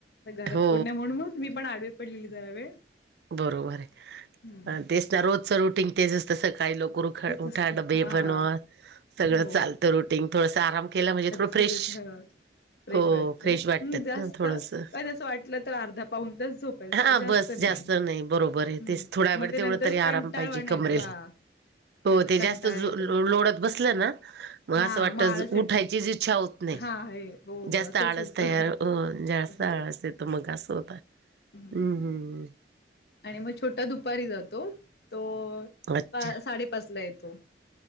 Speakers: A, on the left; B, on the right.
A: घरात
B: हो
A: कोण नाही म्हणून मग मी पण आडवी पडलेली जरा वेळ.
B: बरोबर आहे.
A: हम्म.
B: तेच ना रोजचं रुटींग तेच असतं सकाळी लव उरखा
A: तेच
B: उठा
A: असतं
B: डबे
A: हा
B: बनवा, सगळं
A: हो
B: चालतं रुटीन. थोडसं आराम केला म्हणजे थोडं
A: दिसत
B: फ्रेश
A: हां. फ्रेश
B: हो
A: वाटतं.
B: फ्रेश वाटतात
A: हं जास्त,
B: ना थोडसं
A: कधी असं वाटलं तर अर्धा पाऊण तास झोपायचं
B: हा
A: जास्त
B: बस
A: नाही.
B: नाही बरोबर आहे,
A: हम्म
B: तेच थोड्या वेळ
A: मग ते
B: तेवढं
A: नंतर
B: तरी
A: कंटाळवाणा
B: आराम पाहिजे कमरेला.
A: येतो हा
B: हो
A: नंतर
B: ते
A: कंटाळा
B: जास्त लोळत
A: येतो.
B: बसलं ना मग.
A: हा
B: असं वाटत
A: आळस
B: उठायचीच
A: येतं
B: इच्छा होत नाही.
A: हा आहे हो हो
B: जास्त
A: असंच
B: आळस
A: होतं
B: तयार जास्त
A: हो.
B: आळस. तेत मग असं होताय.
A: हम्म.
B: हं हं हं.
A: आणि मग छोटा दुपारी जातो, तो
B: अच्छा
A: पा साडेपाच ला येतो.